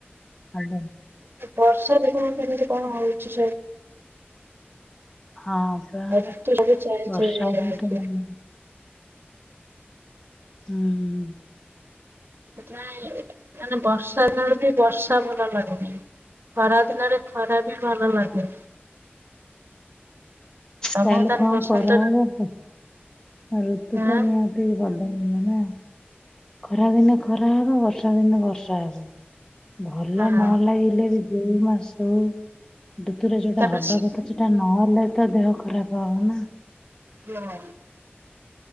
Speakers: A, on the left; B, on the right.
A: ହାଲୋ
B: ବର୍ଷା ଦେଖୁନ କେମିତି କଣ ହଉଛି
A: ହଁ ବା
B: ଋତୁ ସବୁ ଚେଞ୍ଜ
A: ବର୍ଷା
B: ହେଇଯାଉଛି।
A: ଉଠେଇଲାଣି ହୁଁ
B: ସେଥିପାଇଁ ମାନେ ବର୍ଷା ଦିନରେ ବି ବର୍ଷା ଭଲ ଲାଗୁନି ଖରା ଦିନରେ ଖରା ବି ଭଲ ଲାଗୁନି ତମକୁ
A: ତାହଲେ
B: ତାହେଲେ
A: କଣ
B: ବସନ୍ତ
A: କରା
B: ଋତୁ
A: ହବ ଋତୁ
B: ହଁ
A: ତ ନିିହାତି ବଦ ନ ନା ଖରା ଦିନେ ଖରା ହବ ବର୍ଷା ଦିନେ ବର୍ଷା ହବ ଭଲ
B: ହଁ
A: ନ ଲାଗିଲେ ବି ଯୋଉ ମାସ ହଉ ଋତୁରେ ଯୋଉଟା
B: ତାପରେ
A: ହବା କଥା ସେଟା ନହ ତା ହେଲେ ତ ଦେହ ଖରାପ ହବ ନା
B: କିଏ ମାରି